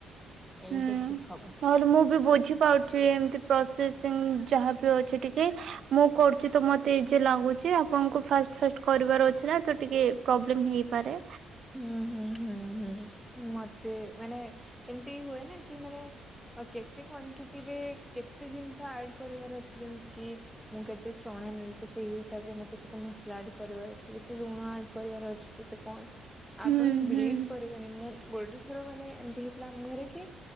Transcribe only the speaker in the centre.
ଏଇଟା
ଠିକ୍ ହବ।
ହୁଁ ହୁଁ ହୁଁ ହୁଁ ହୁଁ ମତେ ମାନେ ଏମିତି ହୁଏ ନା କି ମାନେ ଅ କେତେ କ୍ଵାଣ୍ଟିଟିରେ କେତେ ଜିନିଷ ଆଡ୍ କରିବାର ଅଛି ଯେମତିକି। ମୁଁ କେତେ ଚଣା ନେଲି ତ ସେଇ ହିସାବରେ ମତେ କେତେ ମସଲା ଆଡ କରିବାର ଅଛି ଏତେ ଲୁଣ ଆଡ କରିବାର ଅଛି। କେତ କଣ
ଆପଣ
ବିଲିଭ କରିବେନି ମୁଁ ଗୋଟେ ଥର ମାନେ ଏମତି। ଥିଲା ଆମ ଘରେ କି